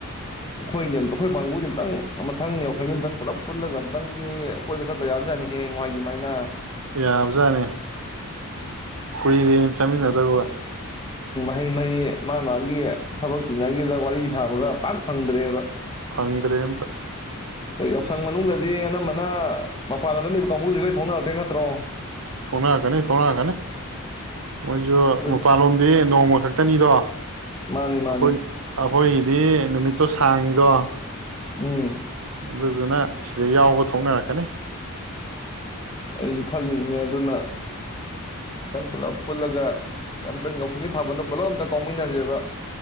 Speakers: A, on the left; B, on the right.
A: ꯑꯈꯣꯏ ꯌꯦꯟ ꯑꯈꯣꯏ ꯄꯦꯡꯉꯩꯖꯦ ꯑꯝꯛꯇꯪ ꯃꯊꯪ ꯌꯥꯎꯁꯡꯗ ꯑꯨꯛꯇꯪ ꯄꯨꯂꯞ ꯄꯨꯜꯂꯒ ꯑꯨꯛꯇꯪꯗꯤ ꯀꯣꯏꯕ ꯆꯠꯄ ꯌꯥꯕ ꯖꯥꯠꯅꯤꯍꯦꯡꯋꯥꯏꯒꯤ ꯃꯥꯏꯅ
B: ꯌꯥꯕꯖꯥꯠꯅꯦ ꯀꯨꯏꯔꯦ ꯆꯥꯃꯤꯟꯅꯗꯕꯥꯒ
A: ꯍꯩ ꯃꯩ ꯃꯥ ꯃꯥꯒꯤ ꯊꯕꯛ ꯆꯤꯟꯅꯒꯤꯕꯗ ꯋꯥꯔꯤ ꯁꯥꯕꯒ ꯄꯥꯛ ꯐꯪꯗ꯭ꯔꯦꯕ
B: ꯐꯪꯗ꯭ꯔꯦ ꯑꯝꯇ
A: ꯀꯩ ꯌꯥꯎꯁꯪ ꯃꯅꯨꯡꯗꯗꯤ ꯑꯅꯝꯕꯅ ꯃꯄꯥꯜ ꯃꯝꯗ ꯂꯩꯕ ꯀꯥꯡꯕꯨꯗꯨꯗꯤ ꯂꯣꯏ ꯊꯣꯛꯅꯔꯛꯇꯩ ꯅꯠꯇ꯭ꯔꯣ
B: ꯊꯣꯛꯅꯥꯔꯛꯀꯅꯤ ꯊꯣꯛꯅꯥꯔꯛꯀꯅꯤ ꯃꯣꯏꯖꯨ
A: ꯑꯗꯨ-
B: ꯃꯄꯥꯟꯂꯣꯝꯗꯤ ꯅꯣꯡꯃ ꯈꯛꯇꯅꯤꯗꯣ
A: ꯃꯥꯅꯤ ꯃꯥꯅꯤ
B: ꯑꯈꯣꯏ ꯑꯈꯣꯏꯒꯤꯗꯤ ꯅꯨꯃꯤꯠꯇꯣ ꯁꯥꯡꯉꯤꯗꯣ <unintelligible> <inaudible>
A: ꯎꯝ
B: ꯑꯗꯨꯗꯨꯅ ꯁꯤꯗ ꯌꯥꯎꯕ ꯊꯣꯛꯅꯔꯛꯀꯅꯤ
A: ꯑꯩꯖꯨ ꯈꯜꯂꯤꯅꯤꯅꯦ ꯑꯗꯨꯅ ꯑꯝꯇꯪ ꯄꯨꯜꯂꯞ ꯄꯨꯜꯂꯒ ꯑ ꯑꯝꯇꯪ ꯌꯥꯎꯁꯪꯒꯤ ꯊꯥꯕꯜꯗꯣ ꯄꯨꯂꯞ ꯑꯝꯇ ꯀꯥꯎꯃꯤꯟꯅꯖꯦꯕ